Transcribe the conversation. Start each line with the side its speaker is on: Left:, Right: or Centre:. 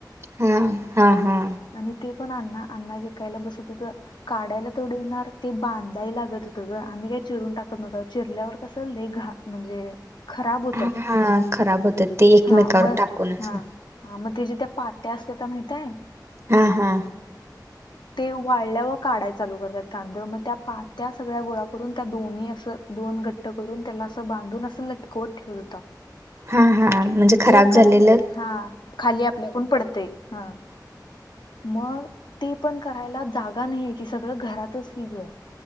Right: हा हा हा.
Left: आणि ते पण अण्णा अण्णा विकायला बसत होत. काढायला तेवडे येणार ते बांधाय लागत होतं ग. म् काही चिरून टाकत नव्हत चिरल्यावर कसं लई घा म्हणजे खराब होतात,
Right: हा हा खराब होतात ते एकमेकावर
Left: हा म
Right: टाकून असं
Left: हा. हा मग त्याच्या ते पात्या असते त्या माहितय?
Right: हा हा
Left: ते वाळल्यावर काढाय चालू करतात कांदं, मग त्या पात्या सगळ्या गोळा करून त्या दोन्ही असं दोन गट्ट करून त्याला असं बांधून असं लटकवत ठेवत होतं.
Right: हा हा म्हणजे खराब
Left: ते कराय,
Right: झालेलं
Left: हा खाली आपल्याआपून पडतंय, हा. मग ते पण करायला जागा नाहीय की सगळं घरातच कि ग,